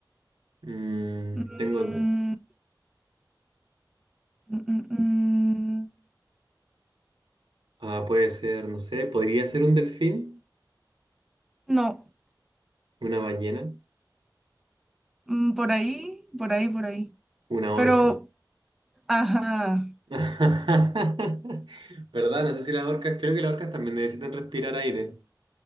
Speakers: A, on the right (about 85°); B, in the centre.
A: Mm,
B: mm,
A: tengo,
B: mm, mm,
A: ah, puede ser, no sé, podría ser un delfín,
B: no,
A: una ballena,
B: Mm, por ahí, por ahí, por ahí.
A: una
B: Pero,
A: orca.
B: ajá.
A: <laughs> ¿Verdad? No sé si las orcas, creo que las orcas también necesitan respirar aire